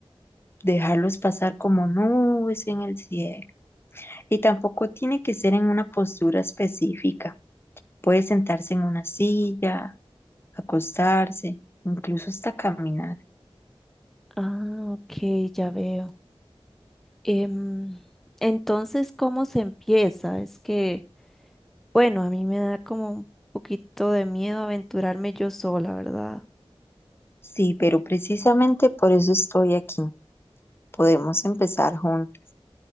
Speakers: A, on the left; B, in the centre.
A: dejarlos pasar como nubes en el cielo. Y tampoco tiene que ser en una postura específica. Puede sentarse en una silla, acostarse, incluso hasta caminar.
B: Ah, ok, ya veo. Em, entonces, ¿cómo se empieza? Es que, bueno, a mí me da como un poquito de miedo aventurarme yo sola, ¿verdad?
A: Sí, pero precisamente por eso estoy aquí Podemos empezar juntos.